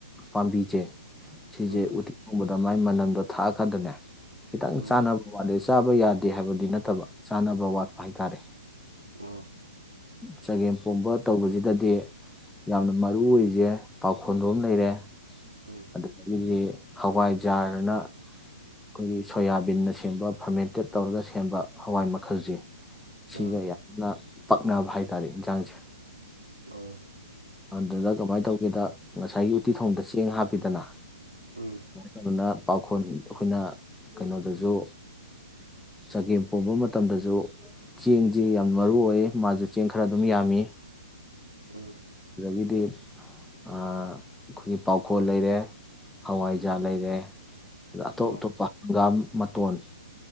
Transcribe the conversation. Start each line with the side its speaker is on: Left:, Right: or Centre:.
Centre: ꯄꯥꯝꯕꯤꯁꯦ ꯁꯤꯦ
Right: ꯎꯝ
Centre: ꯑꯗꯨ ꯃꯥꯏ ꯃꯅꯝꯗꯣ ꯊꯥꯛꯑ ꯈꯗꯅꯦ ꯈꯤꯇꯪ
Right: ꯎꯝ
Centre: ꯆꯥꯟꯅꯕ ꯑꯗꯩ ꯆꯥꯕ ꯌꯥꯗꯦ ꯍꯥꯏꯕꯗꯤ ꯅꯠꯇꯕ ꯆꯥꯅꯕ ꯋꯥꯠꯄ ꯍꯥꯏꯇꯥꯔꯦ
Right: ꯑ
Centre: ꯆꯒꯦꯝ ꯄꯣꯝꯕ ꯇꯧꯕꯁꯤꯗꯗꯤ ꯌꯥꯝꯅ ꯃꯔꯨ ꯑꯣꯏꯁꯦ ꯄꯥꯎꯈꯣꯟꯕꯣ ꯑꯃ ꯂꯩꯔꯦ
Right: ꯎꯝ
Centre: ꯑꯗꯨ ꯏꯗꯤ ꯍꯋꯥꯏꯖꯥꯔꯅ ꯑꯩꯈꯣꯏꯒꯤ ꯁꯣꯌꯥꯕꯤꯟꯅ ꯁꯦꯝꯕ ꯐꯔꯃꯦꯟꯇꯦꯠ ꯇꯧꯔꯒ ꯁꯦꯝꯕ ꯍꯋꯥꯏ ꯃꯈꯜꯁꯦ ꯁꯤꯒ
Right: ꯑꯥ
Centre: ꯌꯥꯝꯅ ꯄꯛꯅꯕ ꯍꯥꯏꯇꯥꯔꯦ ꯌꯦꯟꯁꯥꯡꯁꯦ
Right: ꯑ
Centre: ꯑꯗꯨꯗ ꯀꯃꯥꯏꯅ ꯇꯧꯒꯦꯗ ꯉꯁꯥꯏꯒꯤ ꯎꯠꯇꯤ ꯊꯣꯡꯗ ꯆꯦꯡ ꯍꯥꯞꯄꯤꯗꯅ
Right: ꯎꯝ
Centre: ꯑꯗꯨꯅ ꯄꯥꯈꯣꯟ ꯑꯩꯈꯣꯏꯅ ꯀꯩꯅꯣꯗꯁꯨ ꯆꯒꯦꯝ ꯄꯣꯝꯕ ꯃꯇꯝꯗꯁꯨ ꯆꯦꯡꯁꯤ ꯌꯥꯝ ꯃꯔꯨ ꯑꯣꯏ ꯃꯥꯁꯨ ꯆꯦꯡ ꯈꯔ ꯑꯗꯨꯝ ꯌꯥꯝꯃꯤ
Right: ꯎꯝ꯫
Centre: ꯑꯗꯒꯤꯗꯤ ꯑꯩꯈꯣꯏꯒꯤ ꯄꯥꯎꯈꯣꯜ ꯂꯩꯔꯦ ꯍꯋꯥꯏꯖꯥꯔ ꯂꯩꯔꯦ ꯑꯇꯣꯞꯇꯣꯞ
Right: ꯑꯣ
Centre: ꯍꯪꯒꯥꯝ ꯃꯇꯣꯟ